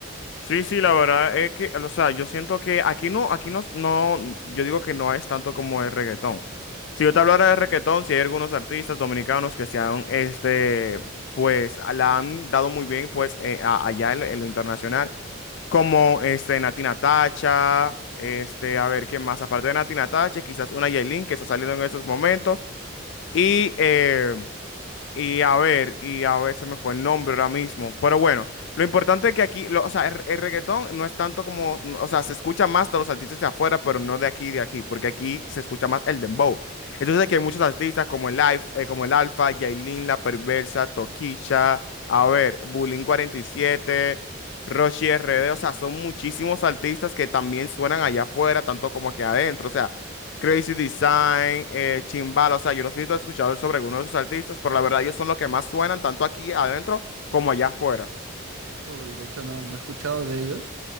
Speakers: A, on the left; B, on the right.
A: Sí, sí, la verdad es que, o sea, yo siento que aquí no, aquí no, no, yo digo que no es tanto como el reggaetón. Si yo te hablara de reggaetón, si hay algunos artistas dominicanos que se han, este, pues, la han dado muy bien, pues, eh, a- allá en, lo en lo internacional, como, este, Natina Tacha, este, a ver, ¿quién más? Aparte de Natina Tacha, quizás una Yailin que está saliendo en esos momentos, y, eh, Y a ver, y a ver, se me fue el nombre ahora mismo. Pero bueno, lo importante es que aquí, lo- o sea, el, el reggaetón no es tanto como, no, o sea, se escucha más de los artistas de afuera, pero no de aquí, de aquí, porque aquí se escucha más el dembow. Entonces aquí hay muchos artistas como el Life, eh, como el Alfa, Yailin, La Perversa, Toquilla, a ver, Bulín 47, Rochi RD, o sea, son muchísimos artistas que también suenan allá afuera, tanto como aquí adentro. O sea, Crazy Design, eh, Chimbala, o sea, yo los he escuchado sobre algunos de esos artistas, pero la verdad ellos son los que más suenan tanto aquí adentro como allá afuera.
B: Uy, de hecho no, no he escuchado de ellos